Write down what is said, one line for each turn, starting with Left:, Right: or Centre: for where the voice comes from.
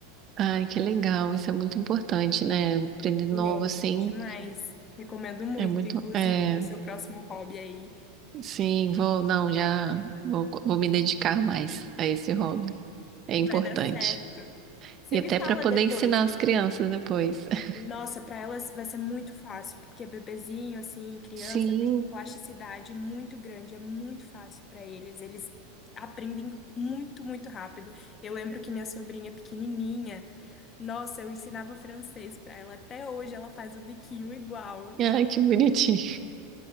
Right: Ai, que legal, isso é muito importante, né? Aprender novo
Left: É,
Right: assim
Left: demais. Recomendo muito,
Right: é muito.
Left: inclusive,
Right: É,
Left: para o seu próximo hobby aí.
Right: sim, vou, não, já vou, vou me dedicar mais a esse hobby. É importante.
Left: Vai dar certo. Você
Right: E
Left: me
Right: até
Left: fala
Right: para poder
Left: depois.
Right: ensinar as crianças depois. <laughs>
Left: Nossa, para elas vai ser muito fácil, porque bebezinho, assim, criança,
Right: Sim,
Left: tem uma plasticidade muito grande, é muito fácil para eles. Eles aprendem muito, muito rápido. Eu lembro que minha sobrinha pequenininha, nossa, eu ensinava francês para ela. Até hoje ela faz o biquinho igual,
Right: ai,
Left: juro,
Right: que bonitinho.